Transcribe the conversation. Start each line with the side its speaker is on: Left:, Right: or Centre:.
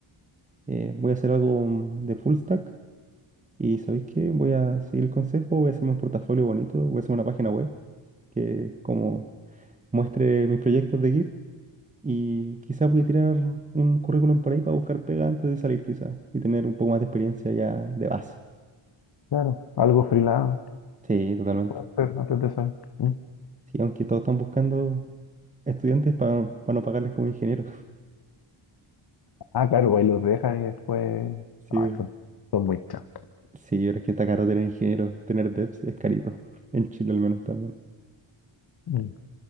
Right: eh, voy a hacer algo mm, de full stack y ¿sabéis qué? Voy a seguir el consejo, voy a hacerme un portafolio bonito, voy a hacer una página web que como muestre mis proyectos de Git y quizás voy a tirar un currículum por ahí para buscar pega antes de salir quizás y tener un poco más de experiencia ya de base.
Left: Claro, algo freelance
Right: Sí, totalmente.
Left: puede ser antes de salir. ¿Mm?
Right: Sí, aunque todos están buscando estudiantes para, para no pagarles como ingenieros. <laughs>
Left: Ah, claro, pues ahí los dejan y después...
Right: Sí,
Left: Ah, son, son muy chancas.
Right: sí, pero es que está caro tener ingenieros, tener devs es carito, en Chile al menos también.
Left: Mm.